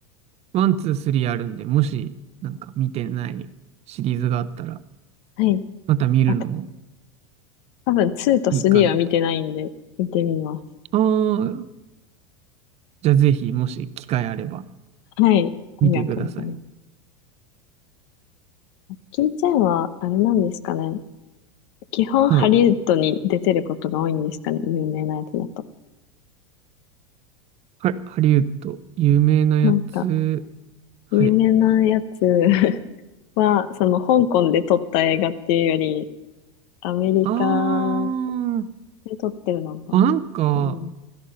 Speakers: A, on the right (about 40°); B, on the left (about 60°).
A: ワン、ツー、スリーあるんで、もし、なんか見てないシリーズがあったら、
B: はい。
A: また見るのも
B: あと、多分2と3は見てないんで、
A: いいかなと。
B: 見てみま
A: ああ、じゃあぜひ、もし機会あれば、
B: す。はい。ありがとうございます。
A: 見てください。
B: キーチェンは、あれなんですかね。基本ハリウッドに出てることが多いんですかね。
A: はい。
B: 有名なやつだと。
A: ハハリウッド、有名なやつ。
B: なんか、
A: はい。
B: 有名なやつ <laughs> は、その香港で撮った映画っていうより、アメリカ
A: ああ、
B: で、撮ってるのが。
A: あ、なんか、
B: うん、